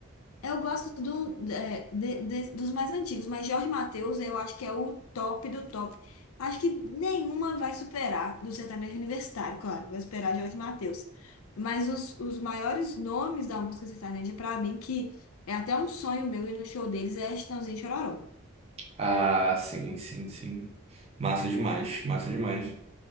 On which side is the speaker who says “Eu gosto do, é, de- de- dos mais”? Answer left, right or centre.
Left